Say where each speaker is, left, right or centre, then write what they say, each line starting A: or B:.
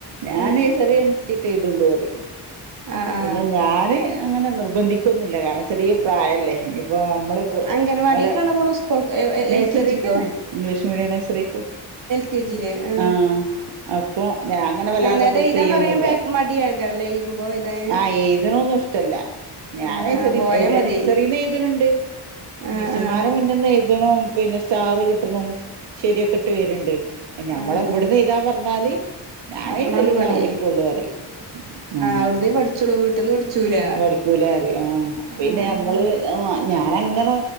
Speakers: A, on the right (about 85°); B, on the right (about 50°).
A: ഞാൻ
B: ഉം
A: സെറിയെത്തീട്ടെഴുതൂള്ളു പറയാ
B: ആഹ് ആഹ്
A: പിന്നെ ഞാന് അങ്ങനെ നിർബന്ധിക്കൊന്നില്ല കാരണം ചെറിയ പ്രായല്ലേ ഇനിപ്പോ നമ്മള്
B: അംഗന വാടിക്കാണൊ
A: ഓലെ
B: പോണെ സ്കൂൾ
A: നഴ്സറിക്കന്നെ
B: എൽ കെ ജിക്കോ
A: ഇംഗ്ലീഷ് മീഡിയം നഴ്സറിക്ക്
B: കെ ജില് ആ
A: ആഹ് അപ്പൊ ഞാൻ അങ്ങനെ വല്ലാതെ
B: നന്നായിട്ട്
A: പ്രസ്
B: എയ്താൻ
A: ചെയ്യൊന്നുല്ല
B: പറയാം മടിയാക്കാരം ലെ എഴുതുമ്പോ എഴുതാന്
A: ആഹ് എഴുതണൊന്നും ഇഷ്ടല്ല ഞാൻ
B: ആഹ്
A: നേഴ്‌സറിന്ന്
B: ആഹ് പോയാ
A: എവിടെ
B: മതി
A: നേഴ്സറീന്ന് എഴുതലുണ്ട്
B: ആഹ്
A: മിസ്സുമാരെ
B: ആഹ്
A: മുന്നിന്ന് എഴുതണു പിന്നെ സ്റ്റാറ് കിട്ടണു ശരിയൊക്കെട്ട് വരുണ്ടേ ഞമ്മളെ
B: ആഹ്
A: ഇവ്ടുന്ന്
B: ആഹ്
A: എയ്താൻ പറഞ്ഞാല് ഞാൻ
B: അപ്പളാണ്
A: നേഴ്സറീന്നാ
B: മടി
A: പഠിക്കോള്ളു പറയും ആഹ്
B: അവിടുന്നേ പഠിച്ചോളൂ വീട്ടിന്ന് പഠിച്ചൂല
A: പഠിക്കൂലാറിയും ആ
B: ആഹ്
A: പിന്നെ ഇങ്ങള് ആ ഞാനങ്ങനെ